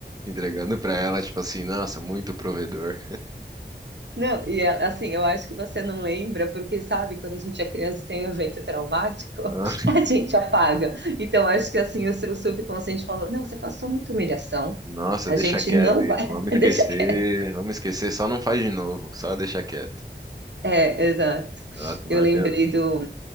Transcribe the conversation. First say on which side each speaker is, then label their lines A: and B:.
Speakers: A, on the right; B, on the right.
A: entregando pra ela, tipo assim, nossa, muito provedor.
B: Não, e ela, assim, eu acho que você não lembra, porque sabe, quando a gente é criança e tem um evento traumático, <laughs>
A: <laughs>
B: a gente apaga. Então, acho que assim, o seu subconsciente falou: não, você passou muita humilhação,
A: Nossa,
B: a
A: deixa
B: gente
A: quieto
B: não
A: isso,
B: vai.
A: vamos
B: <laughs>
A: esquecer,
B: Deixa quieto.
A: vamos esquecer, só não faz de novo, só deixa quieto.
B: É, exato.
A: Nossa, mas
B: Eu lembrei
A: eu tenho...
B: do,